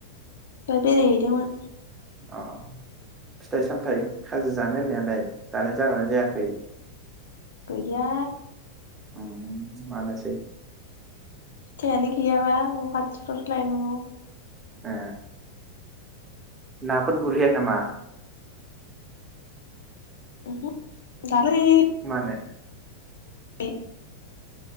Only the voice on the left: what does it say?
बे बेराय हैदोंमोन।
गैया
फिथाइयानो गैयाबा न' खाथिफ्रावसो लाय नांगौ।
उम्महो दाख्लै
<unintelligible>